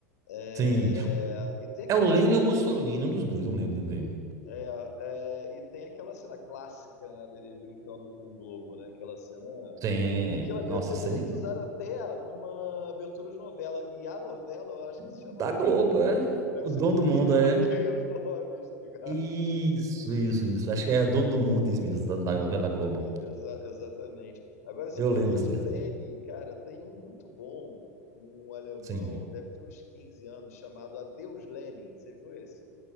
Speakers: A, on the left; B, on the right.
A: É,
B: Sim.
A: E tem aquela,
B: É o Lenny ou o Mussolini, um dos dois, não lembro também.
A: é, é, e tem aquela cena clássica, né, dele brincando com o Globo, né? Aquela cena.
B: Sim,
A: Aquilo ali
B: nossa,
A: depois
B: isso
A: eles
B: aí
A: usaram até numa abertura de novela. E a novela eu acho que se
B: da
A: chamava
B: Globo,
A: Dono
B: é.
A: do Mundo. Deve
B: O dono
A: ser por
B: do mundo
A: isso que eu
B: é.
A: troquei os nomes, tá ligado?
B: Isso, isso, isso. Acho que é dono do mundo, isso mesmo, da da novela da Globo.
A: Exa- exatamente. Agora você
B: Eu
A: falou
B: lembro dessa
A: de
B: abertura.
A: Lenin, cara, tem um muito bom, um alemão,
B: Sim.
A: deve ter uns 15 anos, chamado Adeus Lenin. Você viu esse?